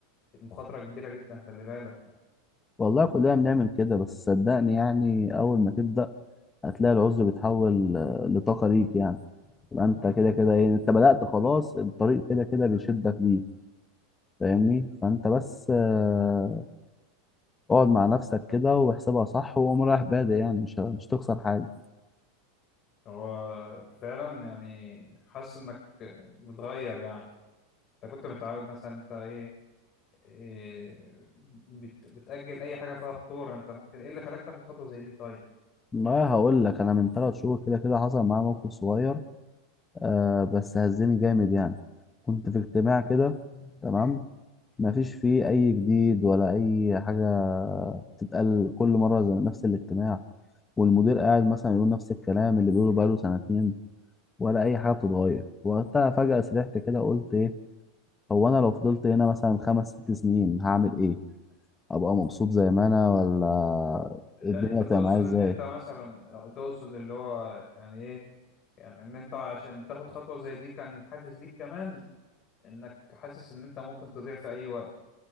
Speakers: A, on the left (about 40°); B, on the left (about 20°).
A: المخاطرة كبيرة جدا خلي بالك يعني
B: والله كلنا بنعمل كده بس صدقني يعني أول ما تبدأ هتلاقي العذر بيتحول آه، لطاقة ليك يعني يبقى أنت كده كده إيه أنت بدأت خلاص الطريق كده كده بيشدك ليه فاهمني فأنت بس آه، اقعد مع نفسك كده واحسبها صح وقوم رايح بادئ يعني مش مش تخسر حاجة
A: هو فعلا يعني حاسس إنك متغير يعني أنت كنت متعود مثلا أنت إيه إيه، بت- بتأجل أي حاجة فيها خطورة أنت ممكن إيه اللي خلاك تاخد خطوة زي دي طيب
B: والله هقول لك أنا من ثلاث شهور كده كده حصل معايا موقف صغير آه بس هزني جامد يعني كنت في اجتماع كده تمام مفيش فيه أي جديد ولا أي حاجة تتقال كل مرة زي نفس الاجتماع والمدير قاعد مثلا يقول نفس الكلام اللي بيقوله بقاله سنتين ولا أي حاجة بتتغير وقتها فجأة سرحت كده قلت إيه هو أنا لو فضلت هنا مثلا خمس ست سنين هعمل إيه؟ أبقى مبسوط زي ما أنا ولا
A: يعني
B: الدنيا
A: أنت تقصد
B: تبقى معايا
A: اللي
B: إزاي؟
A: أنت مثلا تقصد اللي هو يعني إيه يعني ان انت عشان تاخد خطوة زي دي كان حافز ليك كمان انك حاسس ان انت ممكن تضيع في اي وقت